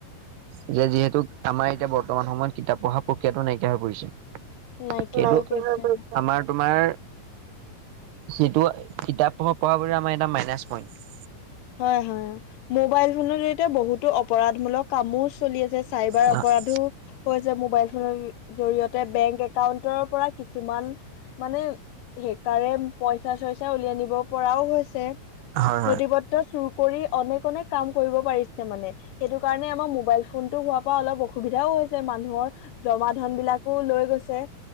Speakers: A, on the right; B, on the left.
A: এতিয়া যিহেতু আমাৰ এতিয়া বৰ্তমান সময়ত কিতাপ পঢ়া প্ৰক্ৰিয়াতটো নাইকিয়া হৈ পৰিছে।
B: নাইকিয়া
A: এইটো
B: হৈ গৈছে
A: আমাৰ তোমাৰ যিটো কিতাপ- পঢ়া বুলি আমাৰ এটা মাইনাছ পইণ্ট।
B: হয়ঁ হয়ঁ অঁ। মোবাইল ফোনৰ জৰিয়তে বহুতো অপৰাধমূলক কামো চলি আছে চাইবাৰ
A: হয়
B: অপৰাধো। কয় যে মোবাইল ফোন বি বি - জৰিয়তে বেংক একাউন্টৰ পৰা কিছুমান মানে হেকাৰে- পইচা চইচা উলিয়াই নিব পৰাও হৈছে?
A: হয়
B: নঠি পত্ৰ চুৰ কৰি অনেক অনেক কাম কৰিব পাৰিছে মানে। সেইটো কাৰণে আমাৰ মোবাইল ফোন- ফোনতটো হোৱাৰ পৰা অলপ অসুবিধাও হৈছে মানুহৰ জমা ধন বিলাকো লৈ গৈছে।